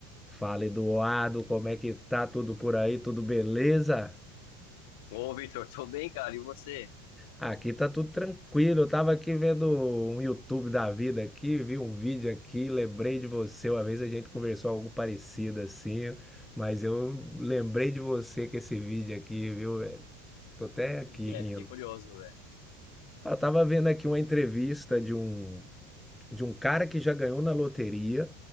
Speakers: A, in the centre; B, on the left.
A: Fala, Eduardo, como é que tá tudo por aí? Tudo beleza?
B: Ô, Victor, tô bem, cara. E você?
A: Aqui tá tudo tranquilo. Eu tava aqui vendo um YouTube da vida aqui, vi um vídeo aqui, lembrei de você. Uma vez a gente conversou algo parecido assim, mas eu lembrei de você com esse vídeo aqui, viu, velho? Tô até aqui
B: O que que
A: rindo.
B: é? Fiquei curioso, velho.
A: Eu tava vendo aqui uma entrevista de um de um cara que já ganhou na loteria